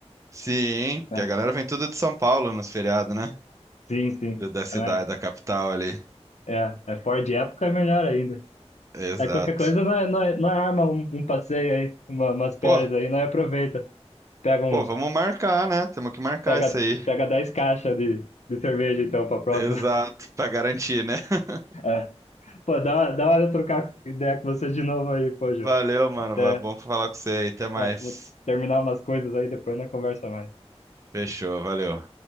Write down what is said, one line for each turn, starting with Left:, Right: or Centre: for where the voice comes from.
Right: sim,
Left: É.
Right: que a galera vem tudo de São Paulo nos feriados, né?
Left: Sim, sim,
Right: do- da cidade,
Left: é, né?
Right: da capital ali.
Left: é, é fora de época é melhor ainda.
Right: Exato.
Left: Aí qualquer coisa não, é, não, é- não é arma um, um passeio aí, uma, umas férias
Right: Pô,
Left: aí, não é, aproveita, pega uns,
Right: pô, vamos marcar, né? Temos que marcar
Left: pega,
Right: isso aí.
Left: pega 10 caixas de, de cerveja então pra próxima.
Right: Exato, pra garantir, né? <laughs>
Left: É. Pô, dá da hora eu trocar ideia com você de novo aí, pô, Jô.
Right: Valeu, mano.
Left: Até,
Right: Va- Bom falar com você aí. Até mais.
Left: é, vou terminar umas coisas aí, depois na conversa mais.
Right: Fechou, valeu.